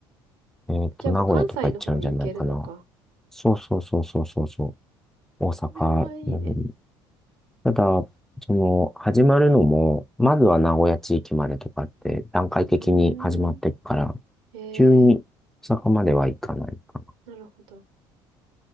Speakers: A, in the centre; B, on the right.
A: えっと、
B: じゃあもう関西の方に行けるのか。
A: 名古屋とか行っちゃうんじゃないかな。そうそうそうそうそうそう、大阪なのに。
B: これはいいね。
A: ただ、その、始まるのも、まずは名古屋地域までとかって、段階的に始まっていくから、
B: うーん。え
A: 急に大阪までは行かないか
B: ー、なるほど。